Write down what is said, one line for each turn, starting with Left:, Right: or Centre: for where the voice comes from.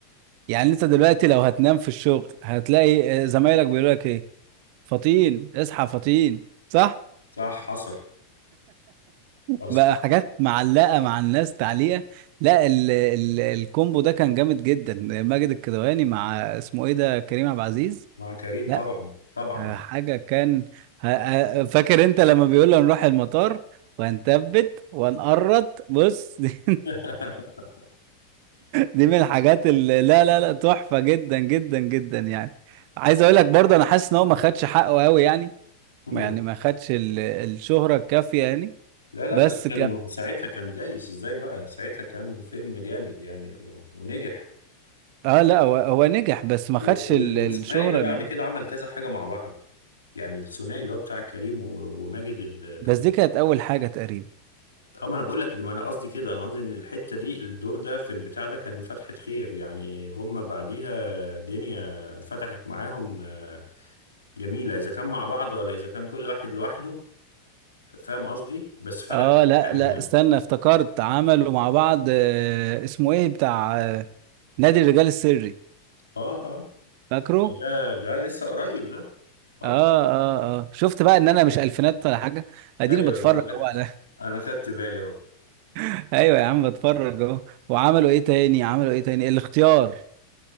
Right: يعني انت دلوقتي لو هتنام في الشغل هتلاقي آه، زمايلك بيقولوا لك ايه فطين اصحى فطين صح
Left: صح حصل حصل
Right: بقى حاجات معلقة مع الناس تعليقة لا ال ال الكومبو ده كان جامد جدا ماجد الكدواني مع اسمه ايه ده كريم عبد العزيز
Left: مع كريم
Right: لا
Left: طبعا طبعا
Right: حاجة كان ه- ه- فاكر انت لما بيقول له نروح المطار وهنثبت وهنقرط بص <laughs> دي,
Left: <laughs>
Right: دي من الحاجات اللي لا لا لا تحفة جدا جدا جدا يعني عايز اقول لك برضه انا حاسس ان هو ما خدش حقه قوي يعني
Left: مم.
Right: يعني ما خدش ال- الشهرة الكافية يعني
Left: لا لا
Right: بس
Left: بس كان ساعتها كان دايس ازاي بقى ساعتها كان فيلم جامد يعني و- ونجح
Right: اه لا هو هو نجح بس ما
Left: و-
Right: خدش ال-
Left: وال- والثنائي
Right: الشهرة
Left: ده بعد
Right: ال...
Left: كده عمل كذا حاجة مع بعض يعني الثنائي اللي هو بتاع كريم و- وماجد الكدواني
Right: بس دي كانت اول حاجة تقريبا
Left: اه ما انا بقول لك دي ما انا قصدي كده انا قصدي ان الحتة دي الدور ده في البتاع ده كان فتحة خير يعني هم بعديها دنيا فتحت معاهم آه، جميلة إذا كان مع بعض ولا إذا كان كل واحد لوحده فاهم قصدي بس فتحت
Right: اه لا
Left: مكان
Right: لا
Left: يعني
Right: استنى افتكرت عملوا مع بعض آه اسمه ايه بتاع آه نادي الرجال السري
Left: اه اه
Right: فاكره
Left: ده ده لسه قريب ده اه
Right: اه اه اه شفت بقى ان انا مش الفينات ولا حاجة اديني
Left: ايوه
Right: بتفرج
Left: انا خدت
Right: اهو على
Left: انا خدت بالي اهو
Right: <laughs> ايوه يا عم بتفرج اهو وعملوا ايه تاني عملوا ايه تاني الاختيار